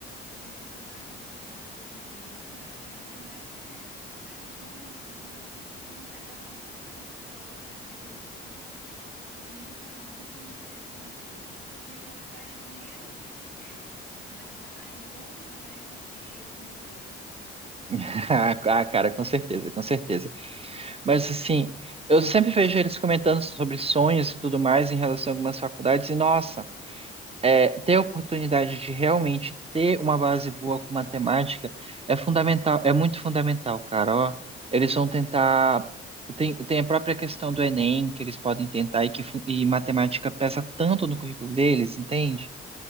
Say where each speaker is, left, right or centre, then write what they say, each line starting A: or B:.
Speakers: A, on the right; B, on the right.
A: e você sabe, como, como professor de matemática, a matemática é- vai ligando um assunto no outro, e se você não pegar um para você pegar outro depois é difícil. e realmente o interesse é muito pouco. Se falar de dinheiro, eles querem, mas falar em como ganhar esse dinheiro, meu Deus,
B: <laughs> Ah, cara, com certeza, com certeza.
A: é muito,
B: Mas assim, eu sempre vejo eles comentando sobre sonhos e tudo mais em relação a algumas faculdades, e nossa. é, ter a oportunidade de realmente ter uma base boa com matemática é fundamental, é muito fundamental, cara. Ó, eles vão tentar. Tem, tem a própria questão do Enem que eles podem tentar e que fu- e matemática pesa tanto no currículo deles, entende?